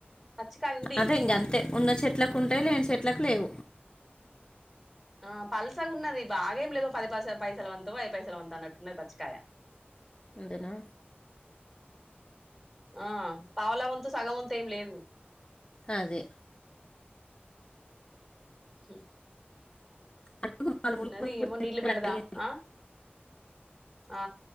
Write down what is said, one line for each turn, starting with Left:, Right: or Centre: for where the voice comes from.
Centre: పచ్చికాయ ఉంది
Left: అదే ఇంక అంతే ఉన్న చెట్లకు ఉంటాయి లేని చెట్లకు లేవు
Centre: ఆ పల్సగా ఉన్నది భాగేమి లేదు ఓ పది పైసల వంతో ఐదు పైసలు వంతో అన్నట్టున్నది పచ్చికాయ
Left: అంటనా
Centre: ఆ పావలావంతు సగం వంతు ఏం లేదు
Left: అదే
Centre: హ్మ్
Left: అడుగు వాళ్ళు
Centre: ఉన్నది
Left: ములుగులు
Centre: ఏమో
Left: కూడా మిరపకాయలు
Centre: నీళ్లు పెడదాం
Left: అడిగారు
Centre: ఆ ఆ